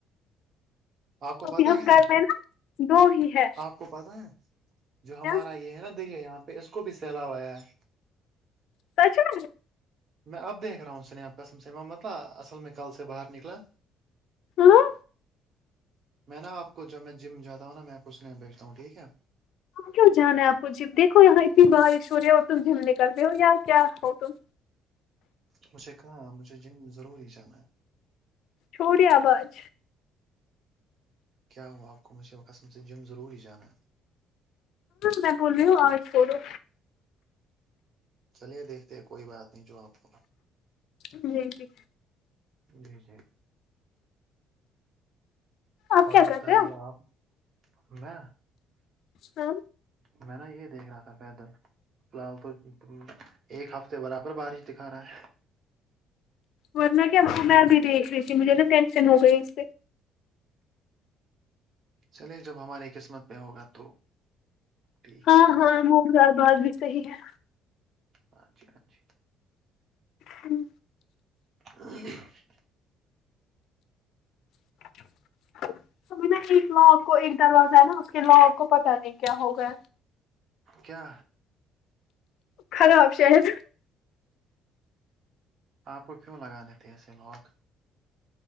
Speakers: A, on the right; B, on the left.
A: آپ کو
B: کیکہ
A: پتا
B: ہم
A: ہے
B: گھر میں نا دو ہی ہے
A: آپ کو پتا ہے جو
B: کیا
A: ہمارا یہ ہے نا دریا یہاں پہ اس کو بھی سیلاب آیا ہے
B: تھی نا
A: میں آپ دیکھ رہا ہوں سنی آپ کا سمسیما مت اصل میں کل سے باہر نکلا
B: ہاں
A: میں نا آپ کو جب میں جاتا ہوںا میں آپ اس لی بھیجتا ہوں ٹھیک ہے
B: کیوں جانا ہے آپ کو جم دیکھو یہاں اتنی بارش ہو رہی ہے اور تم جم نکل رہے ہو یار کیا ہو تم
A: مجھے کہاں مجھے جم ضروری جانا
B: چھوڑی آواز
A: کیا ہوں آپ کو مجھ قسم سے جم ضروری ہی جانا
B: میں بول رہ ہو آج پڑو
A: چلیے دیکھتے کوئی بات نہیں جو آپ کو
B: جی جی
A: جی جی
B: آپ
A: اور
B: کیا
A: بتائیے
B: کر رہے ہو
A: آپ میں
B: سم
A: میں نا یہ دیکھ رہا تھا پیدل فی الحال تو ایک ہفتے برابر بارش دکھا رہا ہے
B: ورنہ کیا میں بھی دیکھ رہی تھی مجھے نا ٹینشن ہو گئی اس سے
A: چلے جب ہماری قسمت پہ ہوگا تو ٹھیک
B: ہاں
A: ہے
B: ہاں وہزار بعار بھی صحیح ہے
A: پانچانچھ
B: ہوں
A: اور
B: <unintelligible> اب نا ایک لا آ کو ایک دروازہ ہے نا اس کے لا آ کو پتہ نہیں کیا ہوگا
A: کیا
B: خراب آپشن
A: آپ کو کیوں لگانے تھے اسے لاک